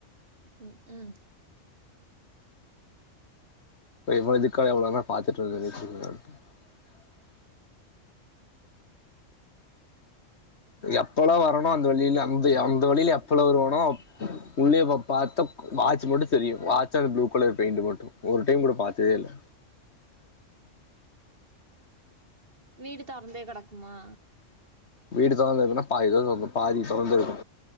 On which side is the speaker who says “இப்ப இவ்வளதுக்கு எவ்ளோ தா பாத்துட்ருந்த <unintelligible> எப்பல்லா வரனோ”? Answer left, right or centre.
Left